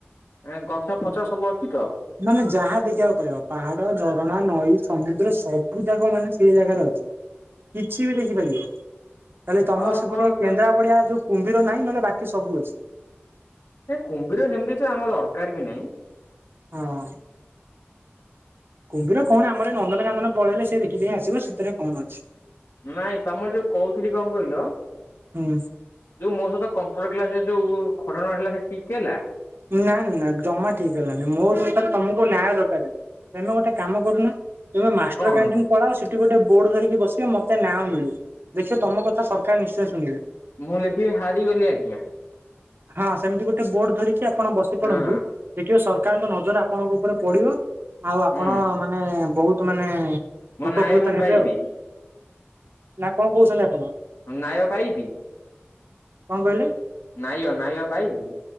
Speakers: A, on the left; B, on the right.
A: ଏ ଗଛ ଫଛ ସବୁ ଅଛି ତ?
B: ମାନେ ଯାହା ଦେଖିବାକୁ ପାଇବ ପାହାଡ, ଝରଣା, ନଈ, ସମୁଦ୍ର, ସବୁ ଜାକ ମାନେ ସେଇ ଜାଗାରେ ଅଛି। କିଛି ବି ଦେଖିପାରିବ। ହେଲି ତମର
A: ଓହୋ
B: ସେପଟିଆ
A: ତ
B: କେନ୍ଦ୍ରାପଡିଆ ଯୋଉ କୁମ୍ଭୀର ନାହିଁ ନହେଲେ ବାକି ସବୁ ଅଛି।
A: ନାଇଁ କୁମ୍ଭୀର ସେମିତି କିଛି ଆମର ଦରକାର ବି ନାଇଁ।
B: ହଁ। କୁମ୍ଭୀର କଣ ଆମର ଏ ନନ୍ଦନକାନନ ପଳେଇଲେ ସେ ଦେଖିଦେଇ ଆସିବ ସେଥିରେ କଣ ଅଛି।
A: ନାଇଁ ତମର ଯୋଉ କହୁଥିଲି କଣ କହିଲ
B: ହୁଁ
A: ଯୋଉ ମୋ ସହିତ କମ୍ପ୍ୟୁଟର କ୍ଲାସରେ ଯୋଉ ଘଟଣା ହେଲା ସେ ଠିକ ହେଲା।
B: ନାଇଁ ନା ନାଇଁ ଜମା ଠିକ ହେଲାନି ମୋ ଅନୁସାରେ ତମକୁ ନ୍ୟାୟ ଦରକାରେ ତେମେ ଗୋଟେ କାମ କରୁନ ତମେ ମାଷ୍ଟର
A: କଣ
B: କ୍ୟାଣ୍ଟିନ୍ ପଳାଅ ସେଠି ଗୋଟେ ବୋର୍ଡ ଧରିକି ବସିବେ ମତେ ନ୍ୟାୟ ମିଳୁ ଦେଖିବ ତମ କଥା ସରକାର ନିଶ୍ଚୟ ଶୁଣିବେ।
A: ମୁଁ ଲେଖିବି ହାରିଗଲି ଆଜ୍ଞା।
B: ହଁ ସେମିତି ଗୋଟେ ବୋଡ ଧରିକି ଆପଣ ବସି ପଡନ୍ତୁ।
A: ହଁ
B: ଦେଖିବେ ସରକାରଙ୍କ ନଜର ଆପଣଙ୍କ ଉପରେ ପଡିବ ଆଉ ଆପଣ
A: ହୁଁ
B: ମାନେ ବୋହୁତ ତ ମାନେ
A: ମୋ
B: ଉପକୃତ
A: ନ୍ୟାୟ ମୁଁ
B: ହେବେ
A: ପାଇବି
B: ଆଉ ନା କଣ କୋହୁଛନ୍ତି ଆପଣ।
A: ନାାୟ ପାଇବି?
B: କଣ କହିଲେ?
A: ନ୍ୟାୟ ନ୍ୟାୟ ପାଇବି?